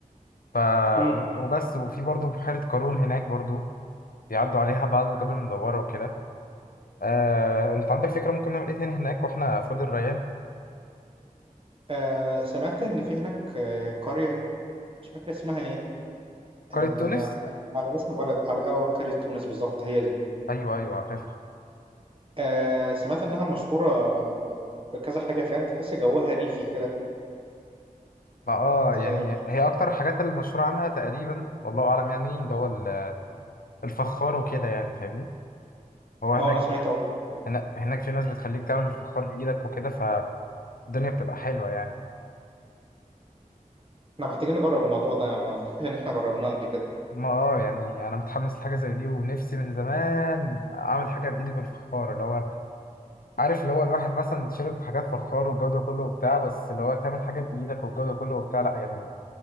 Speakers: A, on the left; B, on the right.
A: ف
B: امم
A: وبس وفي برضه بحيرة قارون هناك برضه بيعدوا عليها بعض الجبل المدورة وكده آه، انت عندك فكرة ممكن نعمل ايه تاني هناك واحنا في وادي الريان
B: آه سمعت ان في هناك آه قرية مش فاكر اسمها ايه آه
A: قرية تونس
B: كانت على اسم بلد على اه قرية تونس بالظبط هي دي
A: ايوه ايوه عارفها
B: آه سمعت انها مشهورة بكذا حاجة فاهم تحس جوها ريفي كده
A: ما اه
B: اه
A: يعني هي اكتر الحاجات اللي مشهورة عنها تقريبا والله اعلم يعني اللي هو ال- الفخار وكده يعني فاهمني هو هناك
B: آه، انا سمعت برضه الموضوع ده.
A: هنا- هناك في ناس بتخليك تعمل الفخار بايدك وكده فالدنيا بتبقى حلوة يعني
B: احنا محتاجين نجرب الموضوع ده ما افتكرش ان احنا جربناه قبل كده
A: ما اه يعني انا متحمس لحاجة زي دي ونفسي من زمان اعمل حاجة بايدي بالفخار اللي هو عارف اللي هو الواحد مثلا شرب حاجات فخار والجودة كله وبتاع بس اللي هو تعمل حاجة بإيدك والجودة كله وبتاع لا يعني